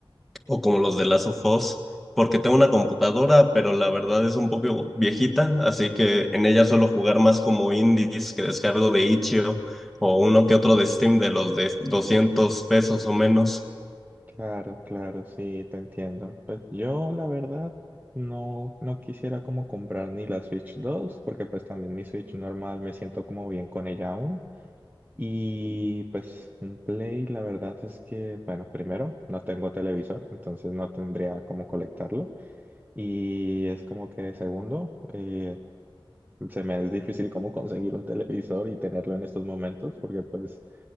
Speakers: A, in the centre; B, on the right.
A: o como los de Last of Us, porque tengo una computadora, pero la verdad es un poco viejita, así que en ella suelo jugar más como indies que descargo de itch.io o uno que otro de Steam de los de 200 pesos o menos.
B: Claro, claro, sí, te entiendo. Pues yo, la verdad, no, no quisiera como comprar ni la Switch 2, porque pues también mi Switch normal me siento como bien con ella aún. Y pues un Play, la verdad es que, bueno, primero, no tengo televisor, entonces no tendría cómo colectarlo. Y es como que segundo, eh, se me es difícil como conseguir un televisor y tenerlo en estos momentos porque pues